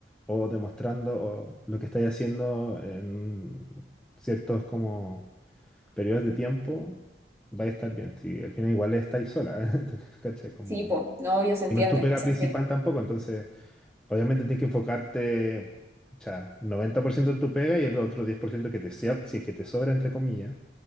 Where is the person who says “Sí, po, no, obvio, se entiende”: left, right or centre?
Right